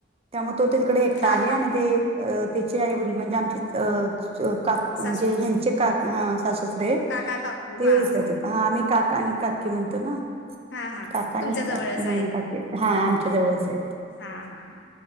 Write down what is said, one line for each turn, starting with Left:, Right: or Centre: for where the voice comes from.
Right: त्यामुळे तो ते तिकडे एकटा
Left: हां
Right: आहे
Left: हां
Right: आणि ते त्याचे आईवडील म्हणजे आमची अ का म्हणजे
Left: सासू सासरे
Right: हचे का साससरे
Left: काका काकू
Right: ते
Left: हां
Right: आम्ही का काका आणि काकी म्हणतो ना,
Left: हां हां
Right: काका आणि
Left: तुमच्या
Right: का
Left: जवळच
Right: ह
Left: आहेत
Right: काकी हा आमच्या जवळच आहे.
Left: हां हां हां